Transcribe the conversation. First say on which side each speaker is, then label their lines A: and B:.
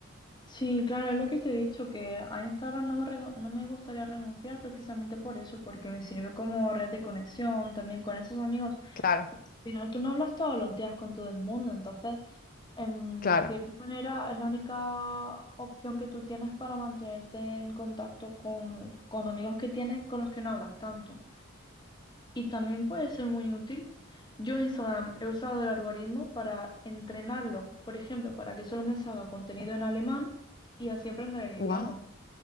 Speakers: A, on the left (about 20°); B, on the left (about 40°).
A: Sí, claro, es lo que te he dicho, que a Instagram no me, rego- no me gustaría renunciar precisamente por eso, porque me sirve como red de conexión, también con esos amigos.
B: claro,
A: Porque al final tú no hablas todos los días con todo el mundo, entonces, en
B: claro.
A: cierta manera, es la única opción que tú tienes para mantenerte en contacto con, con amigos que tienes con los que no hablas tanto. Y también puede ser muy útil. Yo en Instagram he usado el algoritmo para entrenarlo, por ejemplo, para que solo me salga contenido en alemán y así aprender el idioma.
B: wow,